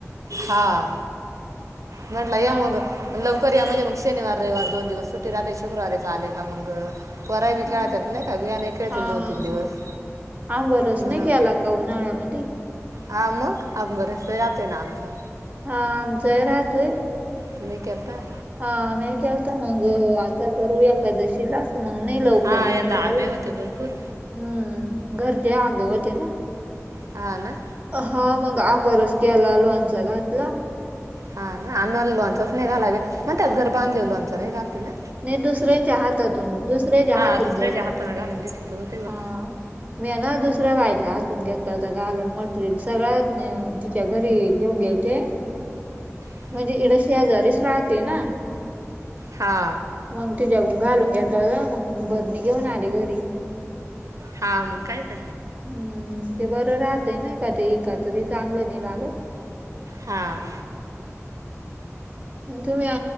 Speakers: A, on the right; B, on the right.
A: हाआ म्हटलं या
B: आ
A: मग लवकर या म्हणजे मग शनिवार रविवार दोन दिवस सुट्टी राहते शुक्रारारी च आले का मग पोरा बी
B: हा
A: खेळतत नाही का वियाने खेळतील
B: हा
A: दोन तीन दिवस
B: आंबरस
A: होना.
B: नाही केला का उन्हाळ्या म्हदी
A: हा मग आमरस राहातोना आमचा.
B: हा आ आमचा राहतोय.
A: तुम्ही केलता.
B: हा आ मेई केलता मंग अ आता करूया एकादशीला मग नाही लवकर
A: हा यंदा
B: मग <unintelligible>
A: आंबे होते भरपूर
B: हम्म घरचे आंबे होते ना.
A: हा ना.
B: हा मग आमरस केला लोनचा घातला.
A: हा ना आम्हीला लोणचाच नाही घालावे म्हग त्यात घर बांधले लोंचं नाही घालती ना.
B: नाही दुसऱ्यांच्या हातातून दुसऱ्याच्या
A: हा
B: हातून
A: दुसऱ्याच्या
B: घ्यायचं
A: हाताने
B: मग
A: घालून घेतलं तर होते बा
B: हा. मी आहे ना दुसरं वाईट हातून घेतला होतं घालून मटेरियल सगळ्यात. त्या घरी घेऊन गेलते.
A: हम् <inaudible>
B: म्हणजे इकडं शेजारीच राहते ना.
A: हा.
B: मग तिच्याकून घालून घेतला ग मग भरणी घेऊन आली घरी.
A: हा मग कायेत.
B: हम्म ते बरं राहतय ना का ते एका तरी चांगलं नाही लागत.
A: हां.
B: तुम्ही.